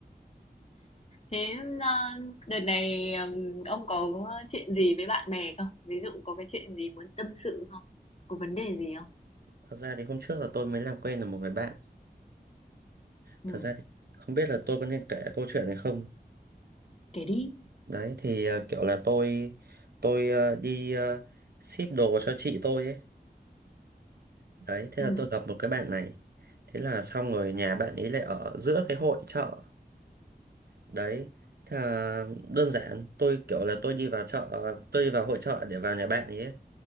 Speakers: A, on the left; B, on the right.
A: Thế à, đợt này ừm, ông có chuyện gì với bạn bè không? Ví dụ có cái chuyện gì muốn tâm sự không? Có vấn đề gì không?
B: thật ra thì hôm trước là tôi mới làm quen được một người bạn
A: Ừ,
B: thật ra thì không biết là tôi có nên kể câu chuyện này không
A: kể đi.
B: đấy thì ờ, kiểu là tôi tôi ờ, đi ờ, ship đồ cho chị tôi ấy đấy thế
A: Ừ.
B: là tôi gặp một cái bạn này thế là xong rồi nhà bạn ấy lại ở giữa cái hội chợ đấy thế là đơn giản tôi kiểu là tôi đi vào chợ tôi đi vào hội chợ để vào nhà bạn ấy ấy.